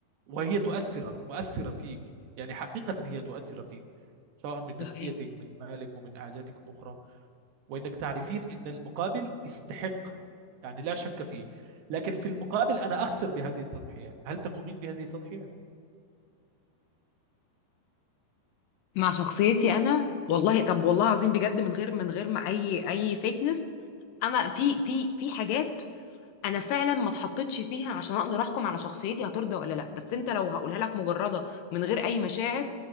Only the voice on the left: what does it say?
ده حقيقي.
مع شخصيتي انا والله طب والله العظيم بجد من غير من غير ما اي اي فيكنس انا في في في حاجات انا فعلا ما اتحطيتش فيها عشان اقدر احكم على شخصيتي هترضى ولا لا بس انت لو هقولها لك مجرده من غير اي مشاعر